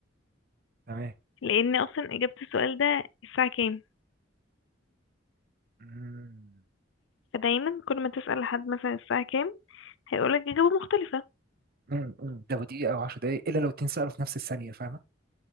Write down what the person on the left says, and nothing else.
لأن أصلا إجابة السؤال ده الساعة كام
فدايما كل ما تسأل حد مثلا الساعة كام هيقولك إجابة مختلفة